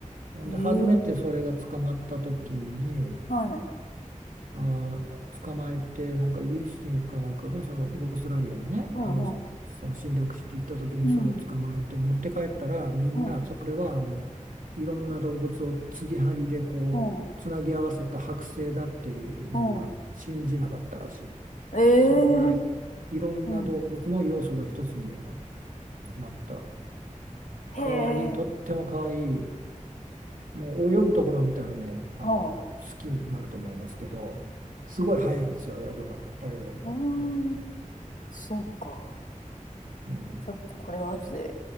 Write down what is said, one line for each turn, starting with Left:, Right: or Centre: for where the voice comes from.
Right: ほんで、
Left: えー、
Right: 初めてそれが捕まった時に、
Left: はい。
Right: あー捕まえてなんかイギリス人かなんかがそのオーストラリアにねあの
Left: うんうん。
Right: その侵略していった時にそれを捕まえて持って帰ったらみんなそれはあのいろんな動物を継ぎはぎでこうつなぎ合わせた剥製だってみんな信じなかったらしい
Left: うん。はい。うん。うん。ええ
Right: そのぐらいいろんな動物の要素が一つに
Left: うん。
Right: 集まった
Left: へえ。
Right: かわいいとってもかわいいもう泳ぐところを見たらね、あの、
Left: はあ。
Right: 好きになると思いますけど、すごい早いんですよ、泳ぐのが、泳ぐのが。
Left: うん。
Right: ほんで、
Left: そうか。
Right: うん、
Left: ちょっとこれは後で